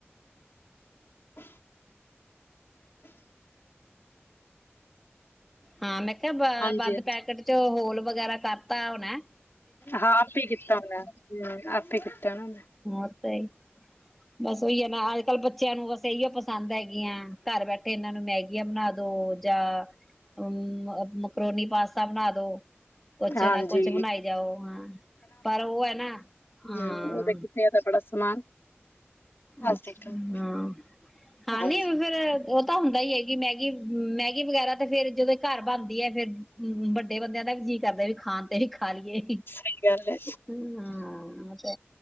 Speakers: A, on the left (about 60°); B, in the centre.
A: ਅ। ਫੁਰ
B: ਹਾਂ ਮੈਂ। ਇਹ
A: ਹਾਂਜੀ
B: ਬੰਦ
A: ਹਾਂਜੀ
B: ਪੈਕਟ ਚ ਹੋਲ। ਵਗੈਰਾ ਕਰਤਾ ਉਹਣਾਂ।
A: ਹਾਂ ਆਪੇ ਕੀਤਾ ਉਹਨਾਂ ਹੂੰ ਆਪ। ਆਪੀ ਕੀਤਾ ਉਹਨਾਂ ਨੇ।
B: ਉਦਾਂ। ਬਸ ਉਹੀ ਹੈ ਮੈਂ ਅੱਜ ਕੱਲ ਬੱਚਿਆਂ ਨੂੰ ਬਸ ਇਹੀ। ਪਸੰਦ ਹੈਗੀਆਂ। ਘਰ ਬੈਠੇ ਇਹਨਾਂ ਨੂੰ ਮੈਗੀਆਂ ਬਣਾ ਦੋ ਜਾਂ ਅਮ। ਮਕਰੋਨੀ ਪਾਸਤਾ ਬਣਾ ਦੋ‌। ਕੁਛ
A: ਹਾਂਜੀ
B: ਨਾ ਕੁਛ ਬਣਾਈ ਜਾਓ ਹਾਂ ਪਰ ਉਹ ਹੈ ਨਾ। ਹਾਂ
A: ਹੂੰ ਉਹਦੇ ਕਿੱਥੇ ਤਾਂ। ਬਸ ਸਮਾਨ। ਅੱਜ
B: ਅੱਛਾ
A: ਦੇਖਾਂਗੇ
B: ਹਾਂ
A: ਹਾਂਜੀ
B: ਨਹੀਂ ਫੇਿਰ ਉਹ ਤਾਂ ਹੁੰਦਾ ਹੀ ਕੀ ਮੈਗੀ। ਮੈਗੀ ਵਗੈਰਾ ਤੇ ਫੇਰ ਜਦੋਂ ਘਰ ਬਣਦੀਏ ਹੂੰ ਫੇਰ ਵੱਡੇ ਬੰਦਿਆਂ ਦਾ ਵੀ ਜੀਅ ਕਰਦਾ ਵੀ ਖਾਣ ਤੇ ਵੀ ਖਾਈਏ
A: ਸਹੀ ਗੱਲ ਹੈ
B: ਹਾਂ